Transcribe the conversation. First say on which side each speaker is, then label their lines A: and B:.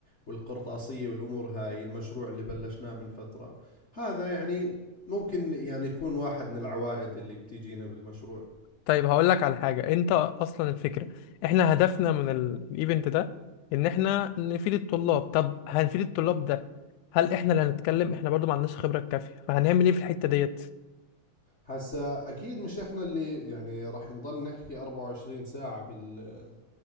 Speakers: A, on the left; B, on the left.
A: والقرطاسية والأمور هاي المشروع اللي بلشناه من فترة هذا يعني ممكن يعني يكون واحد من العوائد اللي بتيجينا بالمشروع
B: طيب هقول لك على حاجة انت اصلا الفكرة احنا هدفنا من ال- الايفنت ده ان احنا نفيد الطلاب طب هنفيد الطلاب ده هل احنا اللي هنتكلم احنا برضو ما عندناش خبرة كافية فهنعمل ايه في الحتة ديت
A: هسا أكيد مش إحنا اللي يعني رح نضل نحكي 24 ساعة بال